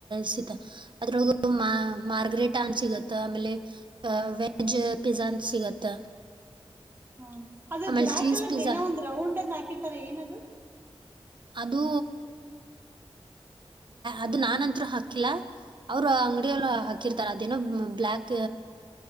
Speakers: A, on the right; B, on the right.
A: ಸಿತ ಅದ್ರೊ ಮಾರ್ಗ್ರೆಟಾ ಅನ್ ಸಿಗತ್ತ ಆಮೇಲೆ ವೆಜ್ ಪಿಜಾ ಅಂತ ಸಿಗತ್ತ
B: ಹ್ಮ್ ಅದು
A: ಆಮೇಲೆ
B: ಬ್ಲಾ
A: ಚೀಸ್
B: ಕಲರ್ದ
A: ಪಿಜ್ಜಾ
B: ಏನೋ ಒಂದ್ ರೌಂಡ್ ಕಿರ್ತಾರ ಏನದು
A: ಅದು ಅದು ನನ್ಂತರು ಹಾಕಿಲ್ಲ ಅವರು ಅಂಗಡಿಯ ಎಲ್ಲ
B: ಹ್ಮ್
A: ಹಾಕಿರ್ತಾರೆ ಅದೇನ ಬ್ಲಾಕ್